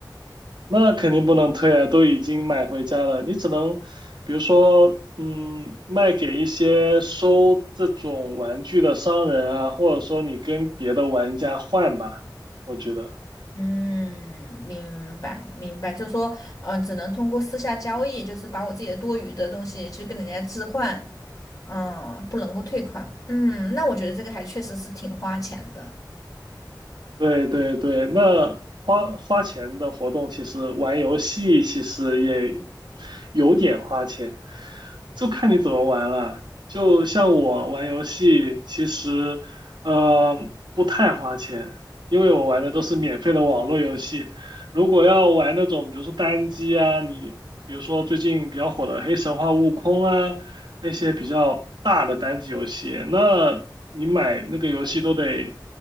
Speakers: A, on the right; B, on the left.
A: 那肯定不能退啊，都已经买回家了，你只能，比如说，嗯，卖给一些收这种玩具的商人啊，或者说你跟别的玩家换吧，我觉得。
B: 嗯，明白明白，就是说，呃，只能通过私下交易，就是把我自己的多余的东西去跟人家置换，嗯，不能够退款。嗯，那我觉得这个还确实是挺花钱的。
A: 对对对，那花花钱的活动，其实玩游戏其实也有点花钱，就看你怎么玩了。就像我玩游戏，其实呃不太花钱，因为我玩的都是免费的网络游戏。如果要玩那种，比如说单机啊，你比如说最近比较火的《黑神话：悟空》啊，那些比较大的单机游戏，那你买那个游戏都得